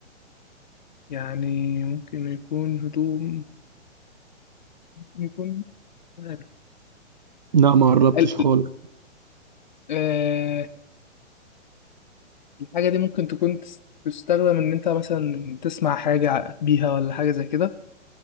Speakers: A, on the left (about 40°); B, on the right (about 40°).
A: يعني ممكن يكون هدوم ممكن يكون ال...
B: لا ما قربتش
A: ال-
B: خالص
A: آه... الحاجة دي ممكن تكون تس- تستخدم إن أنت مثلا تسمع حاجة بيها ولا حاجة زي كده